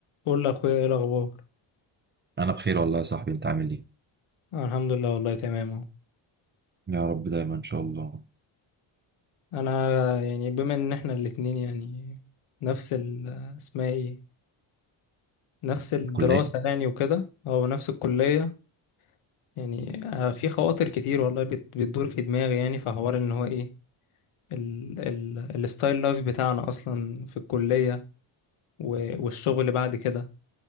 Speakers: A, on the left; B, on the right.
A: قول لاخويا ايه الاخبار
B: انا بخير والله يا صاحبي انت عامل ايه
A: آه، الحمد لله والله تمام اهو
B: يا رب دايما ان شاء الله
A: انا يعني بما ان احنا الاتنين يعني نفس ال اسمها ايه نفس الدراسة
B: الكليه
A: يعني وكده او نفس الكلية يعني آه، في خواطر كتير والله بت- بتدور في دماغي يعني في حوار ان هو ايه ال ال الستايل لايف بتاعنا اصلا في الكلية و- والشغل بعد كده